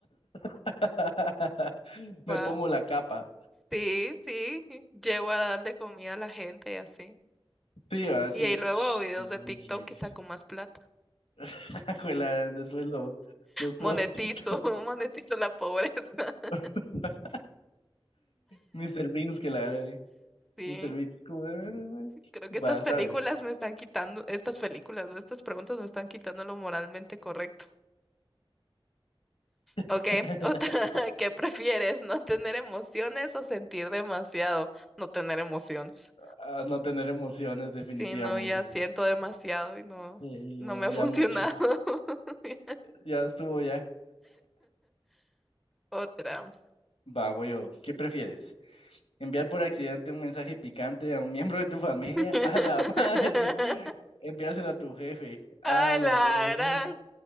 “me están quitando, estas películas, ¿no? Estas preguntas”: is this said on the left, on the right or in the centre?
Centre